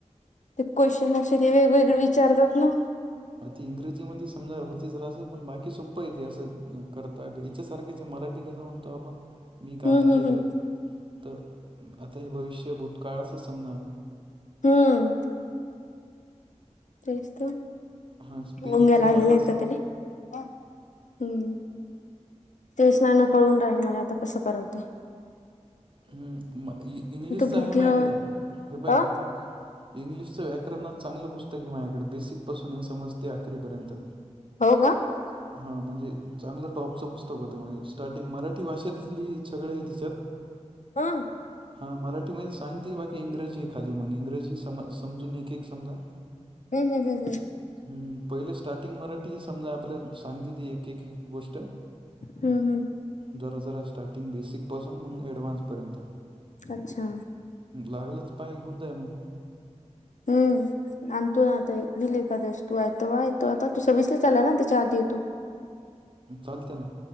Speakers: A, on the left; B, on the right.
A: ते क्वेशन अस ते वेगवेगळे. विचारतात ना.
B: ती इंग्रजी मध्ये समजा होतीचं पण बाकी सोप्प येते असं करता. पच्या सारखी आहे मराठी कस म्हणतो आपण. मी
A: हम्म
B: काम
A: हम्म
B: केलं
A: हम्म
B: तर आता हे भविष्य भूतकाळचं समजा.
A: हम्म तेच तर
B: हां स्पेलिंग
A: मुंग्या लागलेला
B: बरोबर स-
A: का तेले. हम्म तेच ना ना कळून राहिल मला आता कसं करवते.
B: हम्म इंग्लिशच
A: बुक
B: आहे माझ्याकडं
A: घ्यावं
B: हे बाय.
A: अ
B: इंग्लिशचं व्याकरणात चांगलं पुस्तक हे माझकडे बेसिक पासून हे समजते अकरीपर्यंत.
A: हो का
B: हो का हा म्हणजे चांगलं टॉपचं पुस्तक होतं म्हणजे स्टार्टिंग मराठी भाषेतच लिह सगळ हे तिच्यात
A: हा.
B: हा मराठीमध्ये सांगते बाकी इंग्रजी आहे खाली मग इंग्रजी सम समजून एक एक समजा. <unintelligible>
A: हम हम हम हम
B: हम् पहिले स्टार्टिंग मराठी ह समजा आपल्याला सांगते ती एक. गोष्ट
A: हम्म हम्म
B: जरा जरा स्टार्टिंग बेसिक पासून मग ऍडव्हान्स. पर्यंत
A: अच्छा
B: लागलच पाय घेऊन जाय मग.
A: हम्म आणतो ना आता गेली एखाद्या वेळेस तू हाय तो आता तू सविस्र. चला ना त्याच्या आधी येतु.
B: चालते ना.